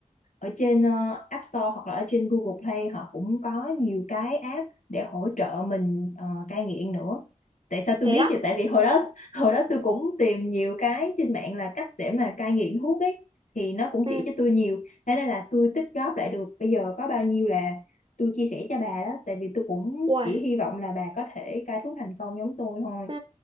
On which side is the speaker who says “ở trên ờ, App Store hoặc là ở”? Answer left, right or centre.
Left